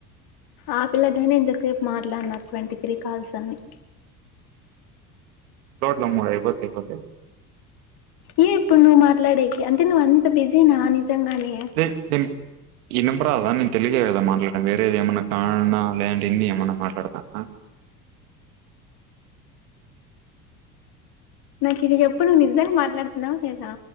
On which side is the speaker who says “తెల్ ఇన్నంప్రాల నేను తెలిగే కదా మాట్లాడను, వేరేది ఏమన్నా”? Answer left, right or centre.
Right